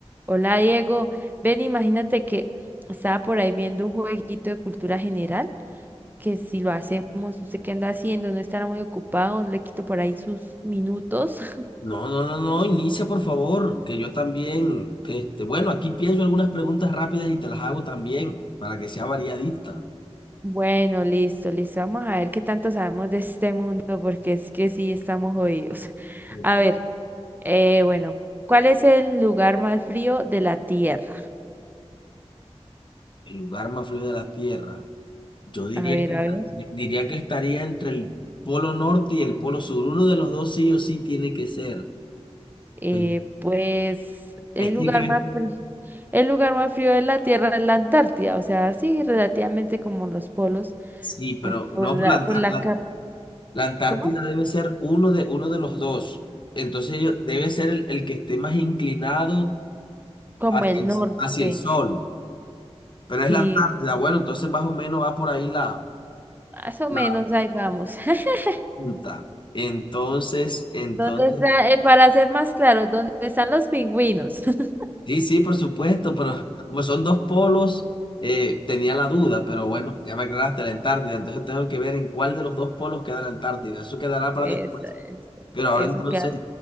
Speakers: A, on the right (about 15°); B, on the left (about 45°).
A: Hola Diego, ven, imagínate que estaba por ahí viendo un jueguito de cultura general, que si lo hacemos, usted qué anda haciendo, no estará muy ocupado, no le quito por ahí sus minutos. <laughs>
B: No, no, no, no, inicia por favor, que yo también, este, bueno, aquí pienso algunas preguntas rápidas y te las hago también, para que sea variadita.
A: Bueno, listo, listo, vamos a ver qué tanto sabemos de este mundo, porque es que sí estamos jodidos. <laughs>
B: Ok.
A: A ver, eh, bueno, ¿cuál es el lugar más frío de la Tierra?
B: El lugar más frío de la Tierra, yo diría
A: A ver,
B: que,
A: a ver.
B: diría que estaría entre el polo norte y el polo sur, uno de los dos sí o sí tiene que ser.
A: Eh,
B: Pero,
A: pues el
B: Es que,
A: lugar
B: que-
A: más frío, el lugar más frío de la Tierra es la Antártida, o sea, sí, relativamente como los polos,
B: sí, pero
A: pues por
B: no, pero
A: la,
B: la, Antar-
A: por la
B: la-
A: cap-
B: la Antártida
A: ¿cómo?
B: debe ser uno de, uno de los dos, entonces yo- debe ser el, el que esté más inclinado
A: Como
B: hacia
A: el
B: el-
A: norte,
B: hacia el sol. Pero
A: sí,
B: es la Antártida, bueno, entonces más o menos va por ahí la,
A: más o
B: la
A: menos ahí vamos. <laughs>
B: punta. Entonces, entonces,
A: ¿Dónde está, eh, para ser más claros, dónde están los pingüinos? <laughs>
B: sí, sí, por supuesto, pero <laughs> como son dos polos, eh, tenía la duda, pero bueno, ya me aclaraste la Antártida, entonces tengo que ver en cuál de los dos polos queda la Antártida, eso quedará para
A: Eso,
B: después.
A: eso,
B: Pero ahora
A: eso
B: entonces
A: que, hay.